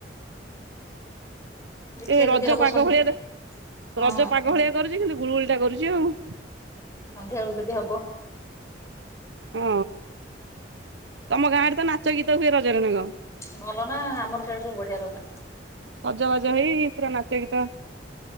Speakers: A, on the left; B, on the right.
A: ଦେଖିବା
B: ଯୋଉ ରଜ
A: ଯଦି ହବ
B: ପାଗ
A: ସନ୍ଧ୍ୟା
B: ଭଳିଆ ଦେ
A: ହଁ
B: ରଜ ପାଗ ଭଳିଆ କରୁଚି କିନ୍ତୁ ଗୁଳୁଗୁଳିଟା କରୁଚି ଆଉ।
A: ସନ୍ଧ୍ୟା ବେଳକୁ ଯଦି ହବ।
B: ହଁ ତମ ଗାଁ ଆଡେ ତ ନାଚ ଗୀତ ହୁଏ ରଜରେ ନା କଁ।
A: ଭଲ ନା ଆମର ସିଆଡେ ସବୁ ବଢିଆ ରଜ।
B: ସଜବାଜ ହେଇି ପୁରା ନାଚ ଗୀତ।